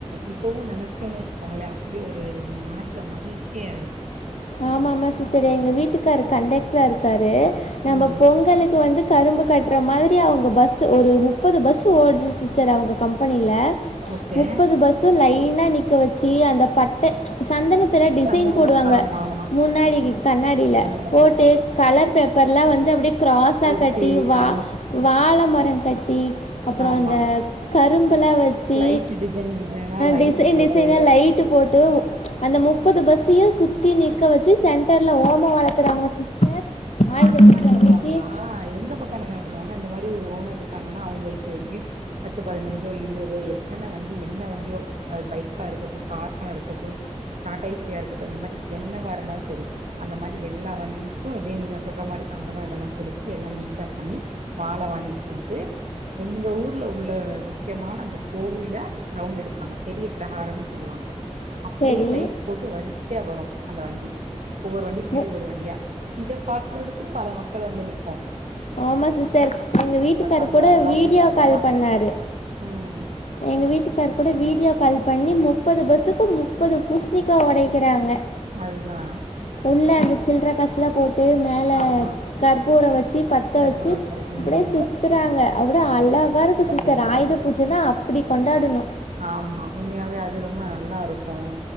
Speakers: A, on the right (about 80°); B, on the left (about 70°).
A: இப்பவும் நெனச்சோன்னு வச்சுக்கோங்களேன் அப்படி ஒரு மனசுல மகிழ்ச்சியா இருக்கு
B: ஆமா ஆமா சிஸ்டர் எங்க வீட்டுக்கரு கண்டக்டரா இருக்காரு நம்ம
A: ம்
B: பொங்கலுக்கு வந்து கரும்பு கட்டுற மாரி அவங்க பஸ் ஒரு முப்பது பஸ் ஓடுது சிஸ்டர் அவங்க கம்பெனியில
A: ஓகே
B: முப்பது பஸ் லைனா நிக்க வச்சு அந்த பட்டை சந்தனத்துல டிசைன்
A: சந்தனமு
B: போடுவாங்க
A: ஆமா ஆமா
B: முன்னாடி கண்ணாடியில
A: ம்
B: போட்டு கலர் பேப்பர்லாம் வந்து அப்டி கிராஸா
A: ஒட்டி
B: கட்டி வா
A: ஆ
B: வாழை மரம் கட்டி அப்புறோ
A: ஆமா
B: அந்த கரும்புல்லாம் வச்சு
A: லைட் டிசைன் டிசைனா லைட்டு
B: டிசைன்
A: போட்டு
B: டிசைன லைட்டு போட்டு அந்த மு முப்பது பஸ்யு சு சுத்தி நிக்க வச்சு சென் சென்டர்ல ஓம வளர்த்துறாங்க சிஸ்டர் ஆயுத
A: அந்த
B: பூஜை
A: மாரி பண்ணுவாங்களா
B: அன்னைக்கு
A: எங்க பக்கம் என்ன தெரியும பண்ணுவாங்க அந்த மாரி ஒரு ஓனர் இருக்காங்கன்னா அவங்களுக்கு பத்து பதினஞ்சோ இருவதுதோ எத்தன வண்டி என்ன வண்டியோ பைக்க இருக்கட்டும் கார் அ இருக்கட்டும் காடைய்ஸிய இருக்கட்டும் இந்த மாரி என்னவ இருந்தாலும் செரி அந்த மாரி எல்லா வண்டிக்கு இதே நீங்க சொல்ற மாரி சந்தனம் இதெல்லாம் தெளிச்சு எல்லா நீட்டா பண்ணி மால வாங்கி போட்டு எங்க ஊர்ல உள்ள முக்கியமான அந்த கோவில்ல ரவுண்ட அடிப்பாங்க பெரிய பிரகாரம்னு சொல்லுவாங்க அப்டியே
B: சரி
A: லைட் போட்டு வரிசையா வரும் அந்த வண்டி ஒவ்வொரு வண்டிக்கு பின்னாடி
B: மு
A: ஒரு வண்டியா இத பாக்கறதுக்கு பல மக்கள் வந்து நிப்போம்
B: ஆமா சிஸர் எங்க வீட்டுக்காரர்
A: அந்த
B: கூட
A: ரவுண்ட்
B: வீடியோ
A: அடிக்கிறத
B: கால்
A: பாக்க
B: பண்ணாரு
A: ம்
B: எங்க வீட்டுக்கார் கூட வீடியோ கால் பண்ணி மு முப்பது பஸ்க்கும் முப்பது புஸ்னிக்கா உடைக்கிறாங்க
A: அதுதான்
B: இல்ல அந்த சில்லற கசுல போட் ட்டு மேல
A: ஆமா
B: கற்பூர வச்சு பத்த
A: கற்பூர
B: வச்சு
A: ம்
B: அப்டியே சுத்துறாங்க அவ்ளோ அழகா இருக்கு சிஸ்டர்
A: கண்டிப்பா
B: ஆயுத பூஜன்னா அப்டி கொண்டாடணு
A: ஆமா உண்மையாவே அது ரொம்ப நல்லா இருக்கும்